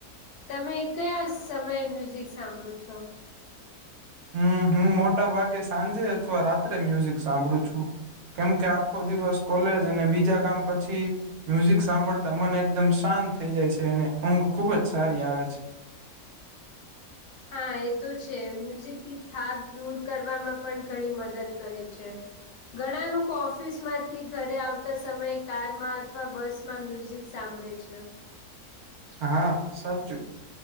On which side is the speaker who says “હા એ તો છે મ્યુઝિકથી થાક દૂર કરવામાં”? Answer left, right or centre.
Left